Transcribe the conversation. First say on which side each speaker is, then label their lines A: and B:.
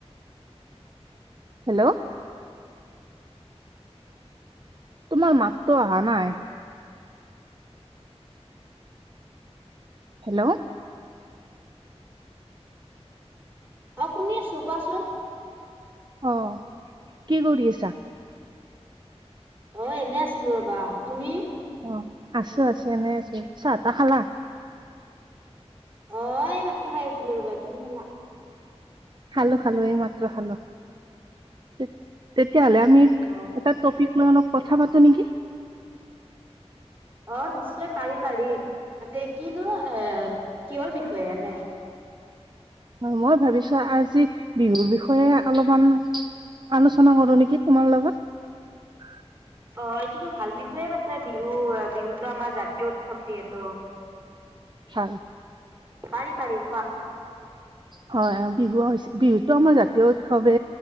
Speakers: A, on the right (about 45°); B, on the right (about 20°).
A: হেল্ল'। তোমাৰ মাতটো অহা নাই। হেল্ল'।
B: অহ' শুনি আছোঁ কোৱাচোন।
A: অহ' কি কৰি আছা?
B: অ' এনে আছিলোঁ ৰবা, তুমি?
A: অ' আছোঁ আছোঁ এনে আছোঁ চাহ তাহ খালা?
B: অ' এই মাত্ৰ খাই আছিলোঁ ৰবা তুমি খালা?
A: খালোঁ খালোঁ এইমাত্ৰ খালোঁ। তেতিয়াহ'লে আমি
B: অ
A: এটা টপিক লৈ অলপ কথা পাতোঁ নেকি?
B: অ' নিশ্চয় পাৰি পাৰি তাতে কিনো এ কিহৰ বিষয় এনে?
A: হয়, মই ভাবিছোঁ আজি বিহুৰ বিষয়ে অলপমান আলোচনা কৰোঁ নেকি? তোমাৰ লগত।
B: অ' এইটোতো ভাল বিষয়ে পাছে বিহু বিহুতো আমাৰ জাতীয় উৎসৱ যিহেতু।
A: হয়।
B: পাৰি পাৰি কোৱা।
A: হয়, বিহু হৈছে বিহুতো আমাৰ জাতীয় উৎসৱে